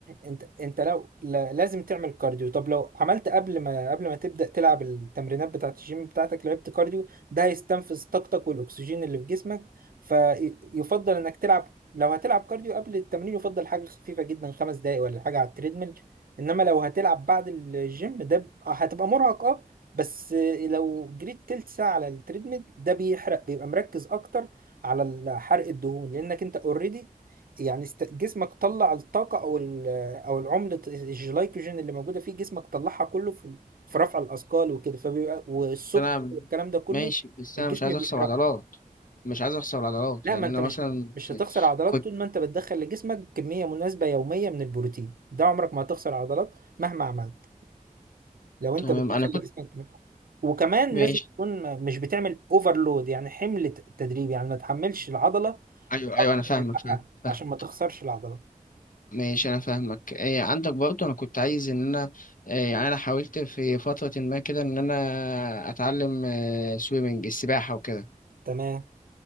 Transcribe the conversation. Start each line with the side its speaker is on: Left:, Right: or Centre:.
Right: انت انت لو لا- لازم تعمل كارديو طب لو عملت قبل ما قبل ما تبدأ تلعب التمرينات بتاعت الجيم بتاعتك لعبت كارديو ده هيستنفذ طاقتك والاكسجين اللي في جسمك فيفضل انك تلعب لو هتلعب كارديو قبل التمرين يفضل حاجة خفيفة جدا خمس دقايق ولا حاجة على التريدميل انما لو هتلعب بعد الجيم ده ب- هتبقى مرهق اه بس لو جريت تلت ساعة على التريدميل ده بيحرق بيبقى مركز اكتر على حرق الدهون لانك انت اوريدي يعني است- جسمك طلع الطاقة او ال او العملة الجلايكوجين اللي موجودة في جسمك طلعها كله في في رفع الاثقال وكده فبيبقى والسكر
Left: انا
Right: والكلام ده كله
Left: ماشي بس
Right: الجسم
Left: انا مش عايز
Right: بيحرقه
Left: اخسر عضلات مش عايز اخسر عضلات
Right: لا
Left: يعني
Right: ما
Left: انا
Right: انت مش
Left: مثلا
Right: مش
Left: س-
Right: هتخسر عضلات
Left: كنت
Right: طول ما انت بتدخل لجسمك كمية مناسبة يومية من البروتين ده عمرك ما هتخسر عضلات مهما عملت لو انت
Left: تمام
Right: بتدخل
Left: انا كنت
Right: لجسمك كمية. وكمان
Left: ماشي
Right: لازم تكون م- مش بتعمل اوفرلود يعني حمل ت- تدريبي يعني ما تحملش العضلة
Left: ايوه ايوه
Right: اكتر
Left: انا فاهمك
Right: من حقها
Left: فاهم فاهم
Right: عشان ما تخسرش العضلة
Left: ماشي انا فاهمك إيه عندك برضه انا كنت عايز ان انا إيه يعني انا حاولت في فترة ما كده ان انا اتعلم إيه سويمنج السباحة وكده
Right: تمام